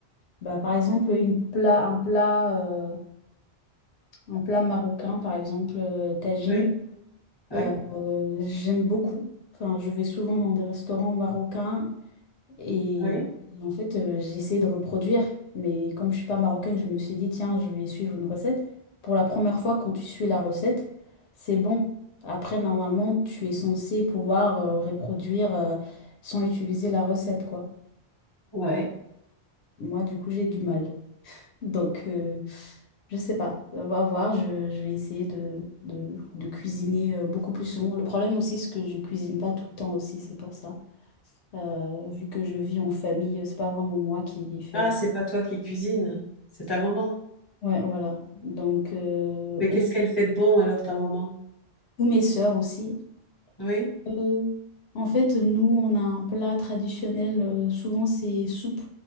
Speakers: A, on the left; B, on the left.
A: Bah, par exemple, une plat, un plat, euh, un plat marocain, par exemple, euh, tagine.
B: Oui. Oui.
A: Euh, euh, j'aime beaucoup. Enfin, je vais souvent dans des restaurants marocains et,
B: Oui,
A: et en fait, euh, j'ai essayé de reproduire. Mais comme je suis pas marocaine, je me suis dit, tiens, je vais suivre une recette. Pour la première fois, quand tu suis la recette, c'est bon. Après, normalement, tu es censé pouvoir euh, reproduire euh, sans utiliser la recette, quoi.
B: ouais.
A: Moi, du coup, j'ai du mal. Donc, euh, je sais pas. On va voir. Je, je vais essayer de, de, de cuisiner euh, beaucoup plus souvent. Le problème aussi, c'est que je cuisine pas tout le temps aussi. C'est pour ça. Euh, vu que je vis en famille, c'est pas vraiment moi qui fais.
B: Ah, c'est pas toi qui cuisine, c'est ta maman.
A: Ouais, voilà. Donc, euh,
B: Mais
A: ou,
B: qu'est-ce qu'elle fait de bon alors, ta maman?
A: ou mes sœurs aussi.
B: Oui.
A: Euh, en fait, nous, on a un plat traditionnel. euh, souvent, c'est soupe.